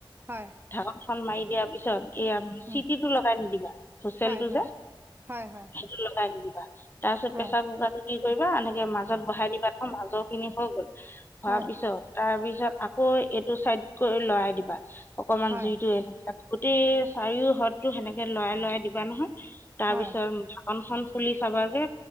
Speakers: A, on the right; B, on the left.
A: হয়
B: ঢাকন খন মাৰি দিয়াৰ পিছত এয়া চিটি
A: উম
B: টো লগাই নিদিবা, হোচেলটো
A: হয় হয়
B: যে
A: হয় হয়
B: সেইটো লগাই নিদিবা। তাৰপিছত
A: হয়
B: প্ৰেচাৰ কুকাৰতো কি কৰিবা। এনেকে মাজত বহাই দিবা চন মাজৰ খিনি হৈ গ'ল। হোৱাৰ
A: হয়
B: পিছত। তাৰপিছত আকৌ এইটো চাইড কৰি লৰাই দিবা। অকমান
A: হয়
B: জুইতো এনেকা গোটেই চাৰিও হ্ৰদতো সেনেকে লৰাই লৰাই দিবা নহয়। তাৰ
A: হয়
B: পিছত ঢাকন খন ফুলি চাবা যে